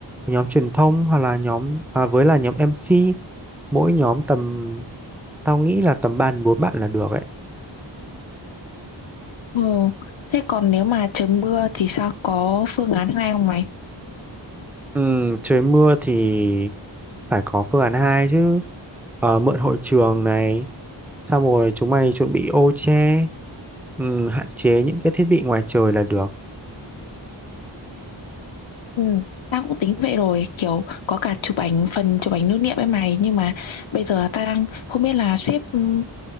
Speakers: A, in the centre; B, on the left.
A: nhóm truyền thông hoặc là nhóm à, với là nhóm MC, mỗi nhóm tầm tao nghĩ là tầm ba đến bốn bạn là được ấy.
B: Ồ, thế còn nếu mà trời mưa thì sao có phương án hai không mày?
A: Ừ, trời mưa thì phải có phương án 2 chứ. Ờ, mượn hội trường này, xong rồi chúng mày chuẩn bị ô che, ừ, hạn chế những cái thiết bị ngoài trời là được.
B: Ừ, tao cũng tính vậy rồi, kiểu có cả chụp ảnh phần chụp ảnh lưu niệm ấy mày, nhưng mà bây giờ tao đang không biết là xếp ừm,